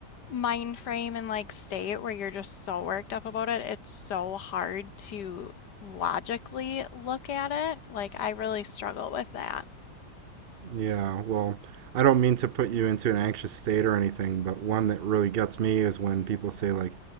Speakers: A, on the left (about 80°); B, on the right (about 55°).
A: mind frame and like state where you're just so worked up about it, it's so hard to logically look at it. Like I really struggle with that.
B: Yeah, well, I don't mean to put you into an anxious state or anything, but one that really gets me is when people say like,